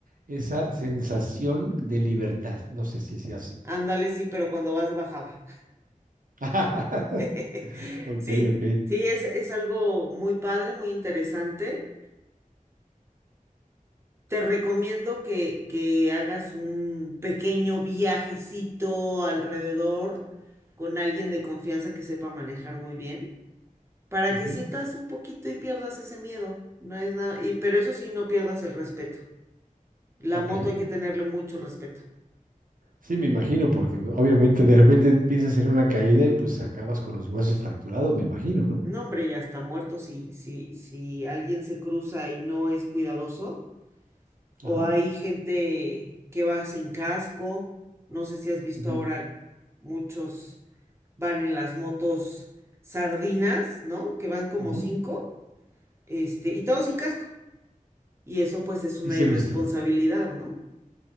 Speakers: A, on the right (about 70°); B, on the right (about 20°).
A: esa sensación de libertad. No sé si sea así.
B: Ándale, sí, pero cuando vas bajaba.
A: <laughs>
B: <laughs>
A: Ok,
B: Sí,
A: ok.
B: sí, es, es algo muy padre, muy interesante. Te recomiendo que, que hagas un pequeño viajecito alrededor con alguien de confianza que sepa manejar muy bien, para
A: Ujú,
B: que sientas un poquito y pierdas ese miedo. No es nada, y, pero eso sí, no pierdas el respeto. La
A: Ok.
B: moto hay que tenerle mucho respeto.
A: Sí, me imagino, porque pues, obviamente de repente piensas en una caída y pues acabas con los huesos fracturados, me imagino, ¿no?
B: No, hombre, ya está muerto si, si, si alguien se cruza y no es cuidadoso O
A: Ajá.
B: hay gente que va sin casco. No sé si has visto
A: ujú,
B: ahora muchos van en las motos sardinas, ¿no? Que van como
A: ujú.
B: cinco, este, y todos sin casco. Y eso pues es una
A: Y sí
B: irresponsabilidad,
A: he visto.
B: ¿no?